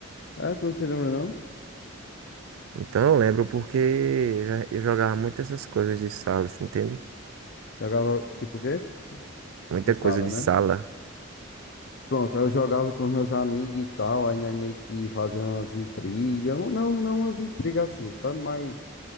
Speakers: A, on the left; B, on the right.
A: É, tu não se lembra, não?
B: Então eu lembro porque eu já- eu jogava muito essas coisas de sala, você entende?
A: Jogava tipo o quê? Essas
B: Muita coisa
A: salas,
B: de
A: né?
B: sala.
A: Pronto, aí eu jogava com os meus amigos e tal. Aí nós meio que fazia umas intrigas. Não, não não umas intrigas assim, sabe? Mas.